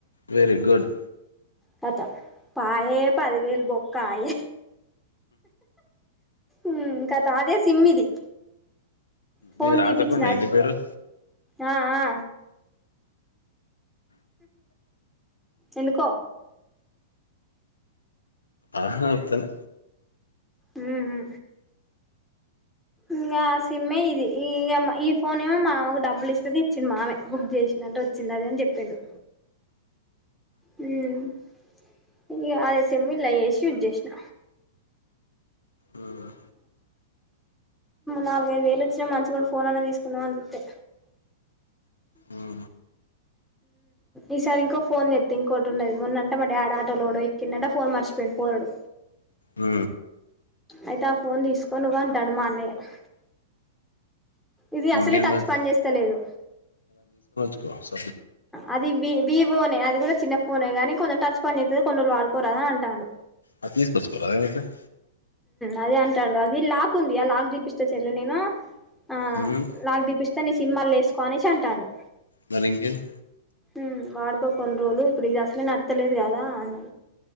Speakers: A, on the left; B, in the centre.
A: వెరి గుడ్
B: కతమ్ పయే పదివేలు బొక్కయే ఉమ్ కత అదే సిమ్ ఇది ఫోన్
A: మీది
B: తీపిచ్చిన
A: రాజకొండ ఇంటి పేరు
B: ఆ ఆ ఎందుకో
A: అహా అతన్
B: ముమూ ఇంగా ఆ సిమ్మే ఇది ఇగ ఈ ఫోన్ ఏమో మామకు డబ్బులు ఇస్తె దెచ్చిండు మామే బుక్ చేసినంటే వచ్చింది అని చెప్పిండు ము ఇగ అదే సిమ్ ఇల్లాయెసి యూజేసిన
A: ఉ ఆ
B: నాలుగు ఐదు వేలు వచ్చినాయ్ మంచిగా ఫోన్ అన్నా తీసుకుందం అని జూత్తే
A: ఉహు
B: ఈసారి ఇంకో ఫోన్ జెత్త ఇంకోటి ఉన్నది మొన్నంట మా డాడీ ఆటోలో ఎవడో ఎక్కిండంటా ఫోన్ మర్చిపోయిడు పోరడు
A: ఉ
B: అయితే ఆ ఫోన్ తీసుకో నువ్వు అంటాండు మా అన్నయ్య ఇది
A: ఇంకేంది
B: అసలే టచ్
A: మరి
B: పని చేస్తా లేదు
A: బాస్
B: అది వి వీమ్ ఫోనే అది కూడా చిన్న ఫోనే గానీ కొంచెం టచ్ పని చేత్తది కొన్ని రోజులు వాడుకోరాదు అని అంటాడు
A: అది తీసుకొచ్చుకోరాదు ఏం అయ్యితాంది
B: అదే అంటాడు అది లాక్ ఉంది ఆ లాక్ తీపిస్తా చెల్లె నేన ఆ
A: మ్మ్
B: లాక్ తీపిస్తే సిమ్ అల్ల వేసుకొనేసి అంటాడు
A: మరి ఇంకేంది
B: ఉహ్ వాడుకో కొన్నిరోజులు ఇప్పుడు ఇది అసలే నాన్ తెలీదు గదా అన్నా